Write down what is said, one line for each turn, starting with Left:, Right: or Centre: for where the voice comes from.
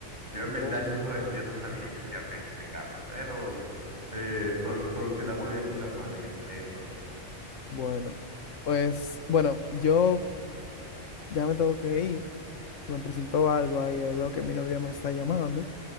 Right: Yo en verdad,
Left: Oh,
Right: yo, <laughs> yo no sabía yo qué hacer en este caso, pero eh, sol- solucionamos de alguna manera eso.
Left: bueno, pues, bueno, yo ya me tengo que ir. Me presentó algo ahí, ahí veo que mi novia me está llamando,